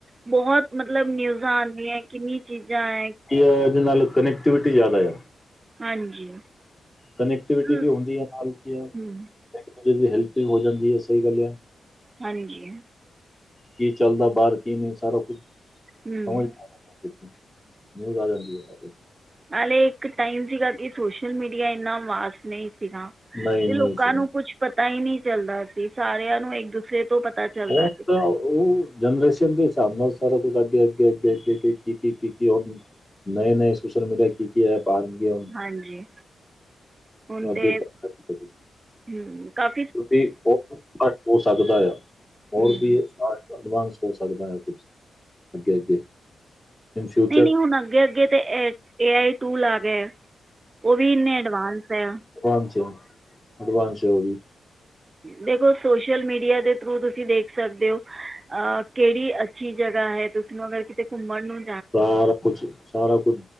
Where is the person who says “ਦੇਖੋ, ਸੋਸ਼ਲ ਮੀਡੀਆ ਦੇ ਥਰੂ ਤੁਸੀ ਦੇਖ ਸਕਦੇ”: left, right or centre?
Right